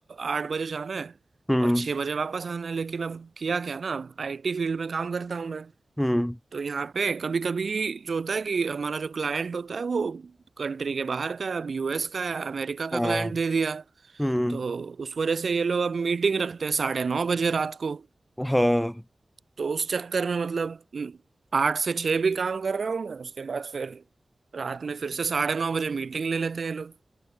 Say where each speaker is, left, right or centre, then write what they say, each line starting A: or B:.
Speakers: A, on the right; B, on the left.
A: आठ बजे जाना है
B: हम्म
A: और छः बजे वापस आना है लेकिन अब किया क्या ना अब आईटी फील्ड में काम करता हूँ मैं
B: हम्म
A: तो यहाँ पे कभी कभी जो होता है कि हमारा जो क्लाइंट होता है वो कंट्री के बाहर का है अब यूएस का है अमेरिका का
B: हाँ
A: क्लाइंट दे दिया
B: हम्म
A: तो उस वजह से ये लोग अब मीटिंग रखते हैं साढ़े नौ बजे रात को
B: हाँ
A: तो उस चक्कर में मतलब हम्म, आठ से छह भी काम कर रहा हूँ मैं उसके बाद फिर रात में फिर से साढ़े नौ बजे मीटिंग ले लेते हैं ये लोग